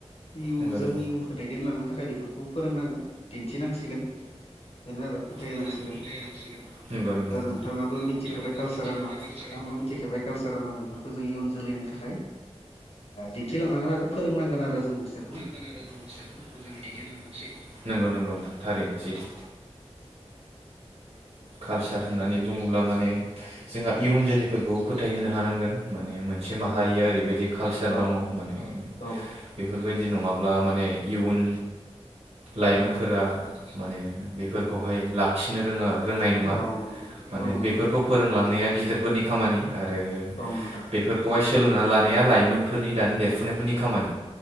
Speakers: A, on the left (about 65°); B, on the right (about 75°).
A: जों
B: नंगौ
A: जोंनि
B: नंगौ
A: इयुनखौ दैदेनलांनो थाखाय बेफोरखौ फोरोंनांगोन दिन्थिनांसिगोन बेनो आरो। फोथायनांसिगोन
B: बेनो आरो फथायांसिगोन नंगौं नंगौ
A: दा नोंथाङाबो
B: दा
A: मिथिखाबाय
B: नोंथाङाबो
A: कालसारा
B: मिथिखाबाय
A: मा
B: कालसारा
A: आंबो
B: मा।
A: मिथिखाबाय कालसारा मा बेफोरखौ जों इयुन जोलैनो थाखाय दिन्थिलांनांगोन आरो फोरोंनांगोन आरो जों बिसोरखौ
B: मोजाङै दैदेन लांनांसिगोन नंगौ नंगौ नोंथां थारैनो सैथो। कालसार होननानै बुङोब्ला माने जोंहा इयुन जोलैफोरखौ फोथाय होनो हानांगोन माने मोनसे माहारिया
A: औ नोंथां औ नोंथां
B: ओरैबायदि कालसार
A: अ
B: दङ' माने
A: औ
B: बेखौ बेफोरबायदि नङाब्ला माने इयुन लाइमोनफोरा
A: औ
B: माने बेफोरखौहाय लाखिनो रोङो आरो। रोंनाय नङा
A: औ नंगौ
B: माने
A: औ नंगौ
B: बेफोरखौ
A: नोंथां
B: फोरोंलांनाया गिदिरफोरनि खामानि आरो
A: औ नोंथां
B: बे फोरखौहाय सोलोंनानै लानाया लाइमोनफोरनि दानि देरफुनायफोरनि खामानि